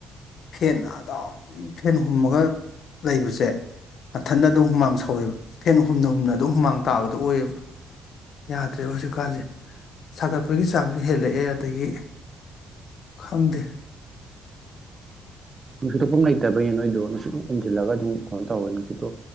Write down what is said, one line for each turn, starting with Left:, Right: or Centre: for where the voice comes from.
Left: ꯐꯦꯟ ꯑꯗꯨꯝ ꯐꯦꯟ ꯍꯨꯝꯃꯒ ꯂꯩꯕꯁꯦ__ ꯃꯊꯟꯗ ꯑꯗꯨꯝ ꯍꯨꯃꯥꯡ ꯁꯧꯋꯦꯕ ꯐꯦꯟ ꯍꯨꯝꯅ ꯍꯨꯝꯅ ꯑꯗꯨꯝ ꯍꯨꯃꯥꯡ ꯇꯥꯕꯗꯣ ꯑꯣꯏꯑꯕ ꯌꯥꯗ꯭ꯔꯦꯕ ꯍꯧꯖꯤꯛꯀꯥꯟꯁꯦ ꯁꯥꯒꯠꯄꯒꯤ ꯆꯥꯡꯁꯨ ꯍꯦꯜꯂꯛꯑꯦ ꯑꯗꯒꯤ__ ꯈꯪꯗꯦ__
Right: ꯅꯨꯡꯁꯤꯠ ꯊꯣꯛꯐꯝ ꯂꯩꯇꯕꯩꯅꯦ ꯅꯣꯏꯗꯣ ꯅꯨꯡꯁꯤꯠꯃꯨꯛ ꯎꯝꯖꯤꯜꯂꯒ ꯗꯨꯝ ꯀꯩꯅꯣ ꯇꯧꯋꯦ ꯅꯨꯡꯁꯤꯠꯇꯣ__